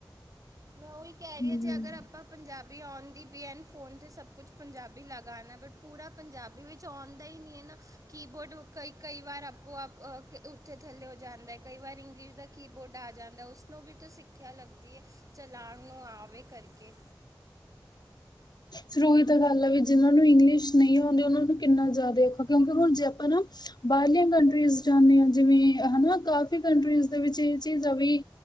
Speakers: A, on the right; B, on the left.
A: ਮੈਂ ਓਈ ਕੈ
B: ਹਮ
A: ਰਈ ਆ ਜੇ ਅਗਰ ਆਪਾਂ ਪੰਜਾਬੀ ਆਉਂਦੀ ਵੀ ਐਨ ਫੋਨ ਤੇ ਸਭ ਕੁਛ ਪੰਜਾਬੀ ਲੈ ਗਾਣਾ ਬਟ ਪੂਰਾ ਪੰਜਾਬੀ ਵਿੱਚ ਚਾਉਂਦਾ ਈ ਐ ਨਾ ਕੀਬੋਡ ਕਈ-ਕਈ ਵਾਰ ਆਪੋ ਆਪ ਓਥੇ ਥੱਲੇ ਹੋ ਜਾਂਦਾ ਏ। ਕਈ ਵਾਰ ਇੰਗਲਿਸ਼ ਦਾ ਕੀਬੋਰਡ ਆ ਜਾਂਦਾ ਏ ਉਸਨੂੰ ਵੀ ਤਾਂ ਸਿੱਖਿਆ ਲੱਗਦੀ ਐ। ਚਲਾਉਣ ਨੂੰ ਆਵੇ ਕਰਕੇ
B: ਫਿਰ ਉਹੀ ਤਾਂ ਗੱਲ ਐ ਵੀ ਜਿਹਨਾਂ ਨੂੰ ਇੰਗਲਿਸ਼ ਨਈ ਆਉਂਦੀ ਓਨਾਂ ਨੂੰ ਕਿੰਨਾ ਜ਼ਿਆਦਾ ਔਖਾ ਕਿਉਂਕਿ ਹੁਣ ਜੇ ਆਪਾਂ ਨਾ ਬਾਰਲੀਆਂ ਕੰਟਰੀਜ਼ ਜਾਂਦੇ ਆ ਜਿਵੇਂ ਹਨਾ ਕਾਫੀ ਕੰਟਰੀਜ਼ ਦੇ ਵਿੱਚ ਏ ਚੀਜ਼ ਆ ਵੀ।